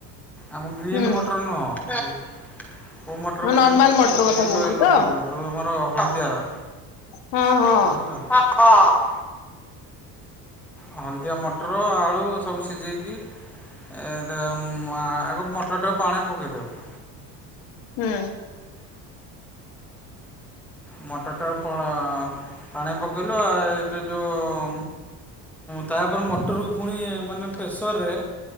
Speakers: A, in the centre; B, on the left (about 60°).
A: ଆମ ଗ୍ରୀନ୍
B: ହୁଁ
A: ମଟର ନୁହଁ। କୋଉ ମଟର
B: ହଁ
A: କହିଲୁ
B: ନର୍ମାଲ ମଟର
A: ୟେଲୋ
B: କଥା କହୁଛୁ
A: ୟେଲୋ
B: ତ?
A: କଲର ଯୋଉ ଆମର ହଳଦିଆ ର।
B: ହଁ। ହଁ
A: ବୁଝିଲ। <unintelligible> ହଳଦିଆ ମଟର ଆଳୁ ସବୁ ସିଝେଇକି ଏ ତ ଆଗ ମଟରଟାକୁ ପାଣି ପକେଇ ଦେବୁ।
B: ହୁଁ।
A: ମଟରଟା ପଣ ପାଣି ପକେଇଲୁ ଆଉ ଏ ତେ ଯୋଉ ତାପରେ ମଟରକୁ ପୁଣି ମାନେ ପ୍ରେସରରେ